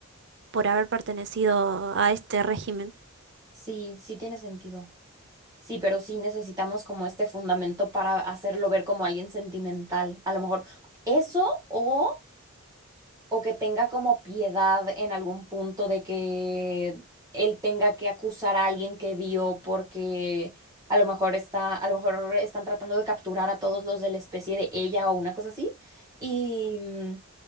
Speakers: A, on the right; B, on the right.
A: por haber pertenecido a este régimen.
B: Sí, sí tiene sentido. Sí, pero sí necesitamos como este fundamento para hacerlo ver como alguien sentimental. A lo mejor eso o... o que tenga como piedad en algún punto de que él tenga que acusar a alguien que vio porque a lo mejor está, a lo mejor están tratando de capturar a todos los de la especie de ella o una cosa así, y, mm,